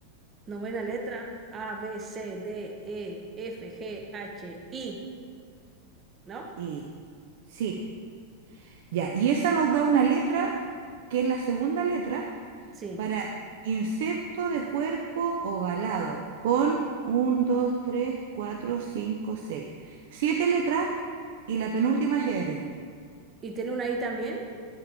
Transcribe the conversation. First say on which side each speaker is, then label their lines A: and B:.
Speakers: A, on the right (about 25°); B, on the right (about 55°).
A: novena letra. A, B, C, D, E, F, G, H, I, ¿no?
B: Y sí, ya. Y esa nos da una letra que es la segunda letra.
A: Sí.
B: Para insecto de cuerpo ovalado, con 1, dos tres cuatro cinco seis Siete letras y la penúltima es R.
A: ¿Y tiene una I también?